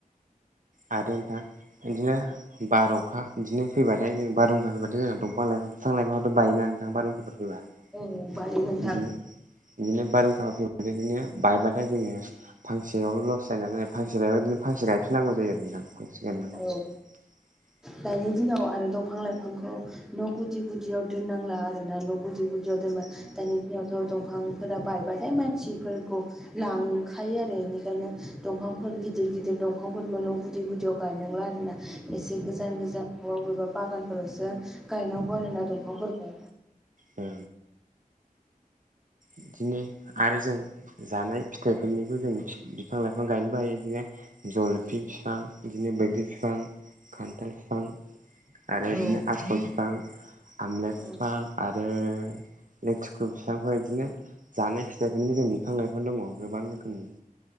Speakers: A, on the right; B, in the centre.
A: आरो नोंथां बिदिनो बार'खा बिदिनो फैबाथाय जों बारहुंखा फैबाथाय जोंना दफां लाइ बिफां लाइफथ' बायोन नोंथां बारहुंखाफोर फै बिदिनो
B: औ बायो नोंथां
A: बिदिनो बारहुंखा फैब बिदिनो बायबाथाय जोङो। फांसेयावनो लस जायो फांसे बेदिनो फांसे गायफिननांगौ जायो आरो दां फांसे गायनांगौ
B: औ।
A: <inaudible>
B: दानि दिनाव आरो दंफां लाइफांखौ न' गुदि गुदियाव दोननांला आरोना न' गुदि गुदियाव दोनबा दानि दिनावथ' दंफांफोरा बायबाथाय मानसिफोरखौ लांखायो आरो बेनिखायनो दंफांफोर गिदिर गिदिर दंफांफोरखौ न' गुदि गुदियाव गायनांला आरोना एसे गोजान गोजान न'आव बबेबा बागानफोरावसो गायनांगौ आरो ना दंफांफोरखौ
A: औ बिदिनो आरो जों जानाय फिथाइफोरनिबो जों बिफां लाइफां गायनोबो हायो बिदिनो जलफि फिफां बिदिनो बैग्रि बिफां खान्थाल बिफां आरो
B: औ
A: बिदिनो आफल बिफां आमलाय बिफां
B: औ
A: आरो लेथिखु बिफांखौ बिदिनो जानाय फिथाइफोरनिबो जों बिफां लाइफां दङ गोबां रोखोमनि।